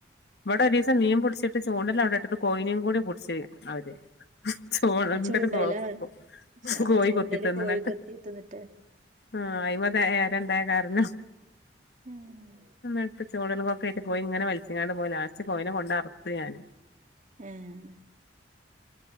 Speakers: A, on the left (about 60°); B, on the right (about 40°).
A: ഇവിടെ ഒരു ദിവസം നീൻ പിടിച്ചിട്ട് ചൂണ്ടല്ല അടെ ഇട്ടിട്ട് കോയിനും കടി പൊടിച്ച് അവര് ചോണണ്ട
B: ആ ചൂണ്ടലോ
A: കോഴപ്പക്ക
B: ആ
A: കോയി
B: ചൂണ്ടല്
A: കൊത്തി തന്നിട്ട്
B: കോഴി കൊത്തി തിന്നിട്ട്
A: ആ- അയിമതരണ്ടായ കാരഞ്ഞു
B: ആഹ്
A: എടുത്ത് ചോട- ക്ക ആട്ട് പോയി ഇങ്ങനെ മത്സങ്ങാണ്ട് പോയില ആസ്റ്റ് പോയിനെ കൊണ്ട് അറത്ത് ഞാന്
B: ഉം